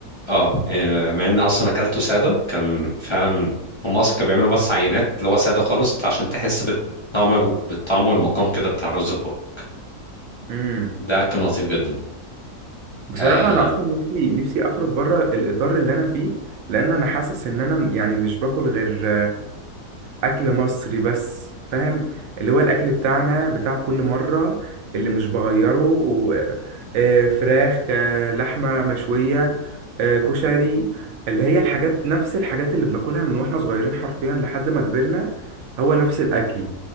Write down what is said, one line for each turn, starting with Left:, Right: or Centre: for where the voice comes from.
Left: اه آه، مع ان اصلا اكلته ساده كان فعلا هم اصلا كانوا بيعملوا بس عينات اللي هو ساده خالص عشان تحس بالطعم بالطعم والمقام كده بتاع الرز في بقك
Right: امم
Left: ده كان لطيف جدا
Right: بصراحه
Left: آه
Right: انا اصلا نفسي نفسي اخرج بره الاطار اللي انا فيه لان انا حاسس ان انا يعني مش باكل غير اكل مصري بس فاهم اللي هو الاكل بتاعنا بتاع كل مره اللي مش بغيره و... آه، فراخ آه، لحمه مشويه آه، كشري اللي هي الحاجات نفس الحاجات اللي بناكلها من واحنا صغيرين حرفيا لحد ما كبرنا هو نفس الاكل